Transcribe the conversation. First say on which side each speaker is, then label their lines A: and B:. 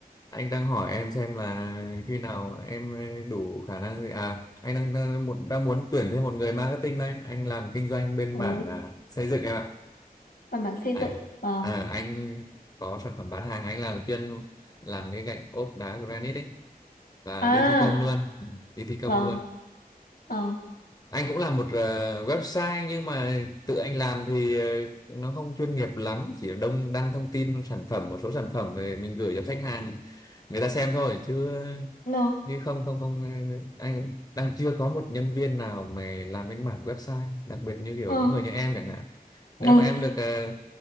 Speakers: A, on the left (about 25°); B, on the left (about 70°).
A: anh đang hỏi em xem là khi nào em ờ, đủ khả năng gì à anh đang đang, muốn- đang muốn tuyển thêm một người marketing đây anh làm kinh doanh bên
B: Ồ,
A: mảng à, xây dựng em ạ
B: làm mảng xây
A: anh
B: dựng. Vâng.
A: à, anh có sản phẩm bán hàng anh là chuyên làm cái gạch ốp đá granite ấy và
B: À,
A: đi thi công luôn Ừ, đi thi công
B: vâng,
A: luôn
B: vâng.
A: anh cũng làm một ờ, website nhưng mà tự anh làm thì ờ, nó không chuyên nghiệp lắm chỉ đông đăng thông tin sản phẩm một số sản phẩm về mình gửi cho khách hàng người ta xem thôi chứ ờ,
B: No.
A: như không không không ờ, anh đang chưa có một nhân viên nào mà làm cái mảng website đặc biệt như kiểu
B: Ừ.
A: những người như em chẳng hạn nếu
B: Ừ.
A: mà em được ờ,